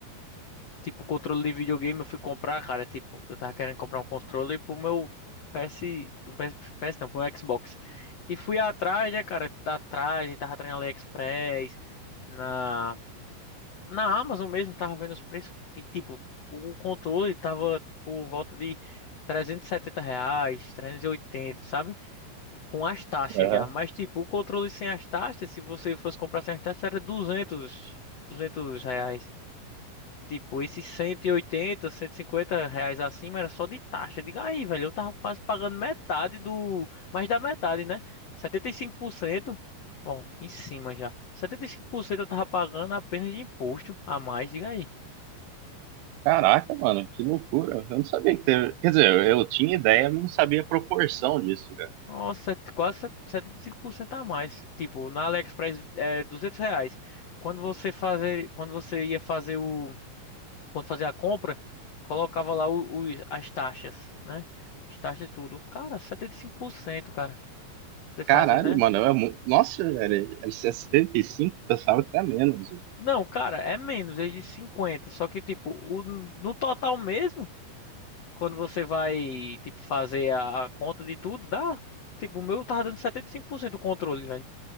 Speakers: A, on the left (about 75°); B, on the right (about 85°).
A: Tipo, controle de videogame eu fui comprar, cara. Tipo, eu tava querendo comprar um controle pro meu PS. o PS, PS não, pro meu Xbox. E fui atrás, né, cara? tá Atrás, e tava atrás na AliExpress, na, na Amazon mesmo, tava vendo os preços. E, tipo, o controle tava por volta de 370 reais, 380, sabe? Com as taxas
B: velho.
A: já.
B: Aham.
A: Mas, tipo, o controle sem as taxas, se você fosse comprar sem as taxas, era 200, 200 reais. Tipo, esses cento cento e oitenta, cento e cinquenta reais acima era só de taxa. Diga aí, velho, eu tava quase pagando metade do. Mais da metade, né? 75%, Ó, em cima já. 75% eu tava pagando apenas de imposto a mais, diga aí.
B: Caraca, mano, que loucura. Eu não sabia que teve. Quer dizer, eu tinha ideia, mas não sabia a proporção disso, cara.
A: Nossa, quase 75% a mais. Tipo, na AliExpress é 200 reais. Quando você fazer, quando você ia fazer o, quando fazia a compra, colocava lá o- os- as taxas, né? As taxas tudo. Cara, 75%, cara. Você
B: Caralho,
A: fazer, né?
B: mano, é muito. Nossa, velho, é 75, pensava que era menos.
A: Não, cara, é menos, é de cinquenta Só que, tipo, o, no total mesmo, quando você vai, tipo, fazer a, a conta de tudo, dá. Tipo, o meu tava dando 75% do controle, velho.